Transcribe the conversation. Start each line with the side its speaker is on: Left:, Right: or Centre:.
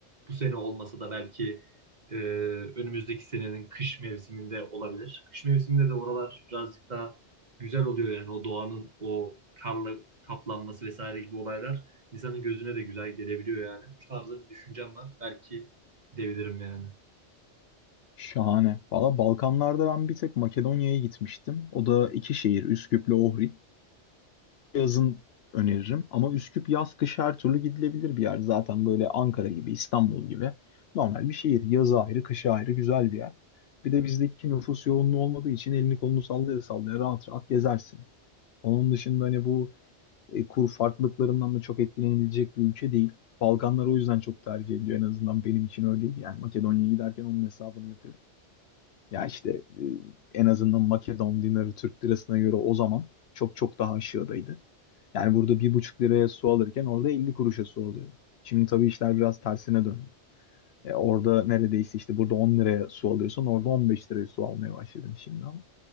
Right: Bu sene olmasa da belki e, önümüzdeki senenin kış mevsiminde olabilir. Kış mevsiminde de oralar birazcık daha güzel oluyor yani o doğanın o karla kaplanması vesaire gibi olaylar insanın gözüne de güzel gelebiliyor yani. Bu tarzda bir düşüncem var. Belki gidebilirim yani.
Left: şahane. Valla Balkanlarda ben bir tek Makedonya'ya gitmiştim. O da iki şehir, Üsküp'le Ohrid. yazın öneririm. Ama Üsküp yaz kış her türlü gidilebilir bir yer. Zaten böyle Ankara gibi, İstanbul gibi normal bir şehir. Yazı ayrı, kışı ayrı güzel bir yer. Bir de bizdeki nüfus yoğunluğu olmadığı için elini kolunu sallaya sallaya rahat rahat gezersin. Onun dışında hani bu e, kur farklılıklarından da çok etkilenilecek bir ülke değil. Balkanlar o yüzden çok tercih ediliyor. En azından benim için öyleydi. Yani Makedonya'ya giderken onun hesabını yapıyordum. Ya işte e, en azından Makedon dinarı Türk lirasına göre o zaman çok çok daha aşağıdaydı. Yani burada bir buçuk liraya su alırken orada 50 kuruşa su alıyordu. Şimdi tabii işler biraz tersine döndü. E, orada neredeyse işte burada 10 liraya su alıyorsan orada 15 liraya su almaya başladın şimdi ama.